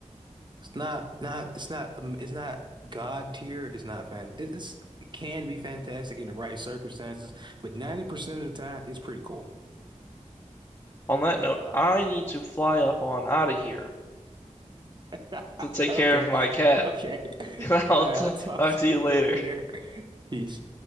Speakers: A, on the right; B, on the left.
A: It's not, not, it's not, um, it's not God tier. It's not fan. it- It's, it can be fantastic in the right circumstances, but 90% of the time, it's pretty cool.
B: On that note, I need to fly up on out of here
A: <laughs>
B: to take
A: Okay.
B: care of my cat,
A: Okay.
B: <laughs> and I'll
A: All right.
B: t
A: I'll talk
B: talk
A: to
B: to you
A: you
B: later.
A: <laughs> later. Peace.